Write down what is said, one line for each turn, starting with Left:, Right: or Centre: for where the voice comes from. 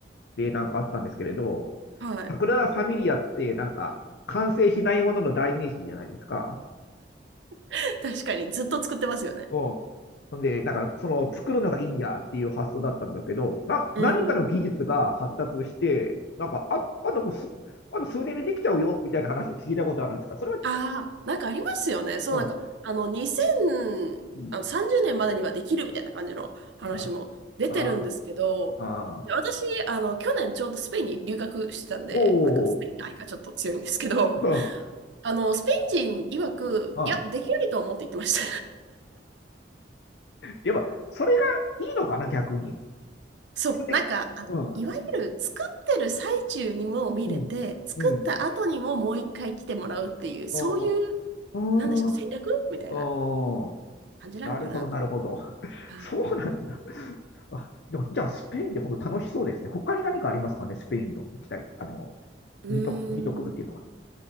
Left: でなんかあったんですけれど、
Right: はい。
Left: 桜田ファミリアってなんか、完成しないものの代名詞じゃないですか。
Right: <laughs> 確かに、ずっと作ってますよね。
Left: うん。ほんで、なんか、その、作るのがいいんやっていう発想だったんだけど、な、
Right: うん。
Left: 何かの技術が発達して、なんか、あ、あともうす、あと数年でできちゃうよ、みたいな話を聞いたことあるんですかそれ
Right: ああ、なんかありますよね。そう、
Left: は、
Right: なんか、あの、2030年までにはできるみたいな感じの話も出てるんですけど、
Left: うん、うん、あ、あ、あ、
Right: いや私、あの、去年ちょうどスペインに留学してたんで、
Left: おお、
Right: なんかスペイン愛がちょっと強いんですけど、
Left: うん、
Right: あの、スペイン人曰く、
Left: うん。
Right: いや、できないと思うって言ってました。
Left: やっぱ、それがいいのかな、逆に。
Right: そう、
Left: それ、
Right: なんか、あの、
Left: うん、
Right: いわゆる作ってる最中にも見れて、
Left: うん、
Right: 作った後にももう一回来てもらうっていう、
Left: うん、
Right: そういう、
Left: ああ、
Right: なんでしょう、戦略みたいな
Left: ああ、
Right: 感じなのかなと思
Left: なるほど、なるほど。<laughs>
Right: う。はい。
Left: そうなんだ。あ、でも、じゃあ、スペインで本当楽しそうですね。他に何かありますかね、スペインの行きたい、あの、
Right: うーん。
Left: 見と、見とくっていうのは。